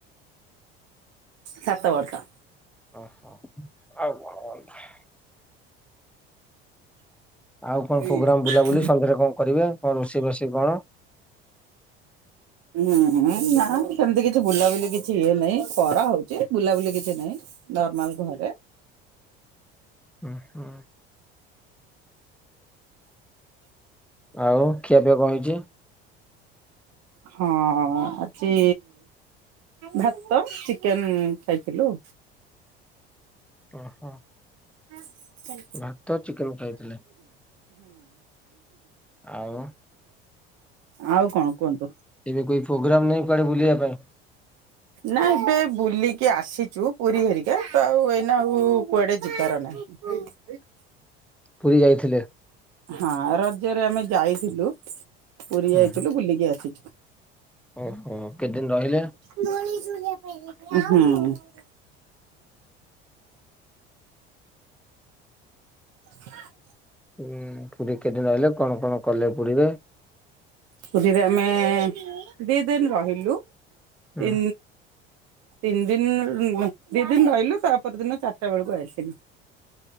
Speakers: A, on the right; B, in the centre.
A: ସାତ ବର୍ଷ
B: ଓହୋ ଆଉ କଣ ବଲ <inaudible> ଆଉ କଣ
A: ଏଇ
B: ପ୍ରୋଗ୍ରାମ ବୁଲାବୁଲି
A: <inaudible>
B: ସନ୍ଧ୍ୟାରେ କଣ କରିବେ କଣ ରୋଷେଇ ବାଷେଇ କଣ?
A: ହୁଁ ହୁଁ ନା ସେମିତି କିଛି ବୁଲାବୁଲି କିଛି ଇଏ ନାହିଁ ଖରା ହଉଛି ବୁଲାବୁଲି କିଛି ନାହିଁ। ନର୍ମାଲ ଘରେ
B: ହୁଁ ହୁଁ ଆଉ ଖିଆ ପିଆ କଣ ହେଇଛି?
A: ହଁ ଆଜି ଭାତ ଚିକେନ ଖାଇଥିଲୁ।
B: ଓହୋ
A: ହଁ
B: ଭାତ ଚିକେନ ଖାଇଥିଲେ ଆଉ
A: ଆଉ କଣ କୁହନ୍ତୁ?
B: ଏବେ କୋଇ ପ୍ରୋଗ୍ରାମ ନାଇଁ ବୁଲିବା ପାଇଁ
A: ନା ଏବେ ବୁଲିକି ଆସିଛୁ ପୁରୀ ହେରିକା ତ ଆଉ ଏଇନା ଆଉ କୁଆଡେ ଯିବାର ନାହିଁ। <inaudible>
B: ପୁରୀ ଯାଇଥିଲେ।
A: ହଁ ରଜରେ ଆମେ ଯାଇଥିଲୁ ପୁରୀ
B: ହୁଁ
A: ଯାଇଥିଲୁ
B: ହୁଁ।
A: ବୁଲିକି ଆସିଛୁ।
B: ଓହୋ କେତେଦିନ ରହିଲେ?
A: ହଁ ହଁ <inaudible>
B: ହୁଁ ପୁରୀ କେଦିନ ରହିଲେ କଣ କଣ କଲେ ପୁରୀରେ?
A: ପୁରୀରେ ଆମେ ଦି ଦିନ ରହିଲୁ
B: ହୁଁ।
A: ତି ତିନି ଦିନ ଦି ଦିନ ରହିଲୁ ତାପର ଦିନ ଚାରିଟା ବେଳକୁ ଆସିଲୁ।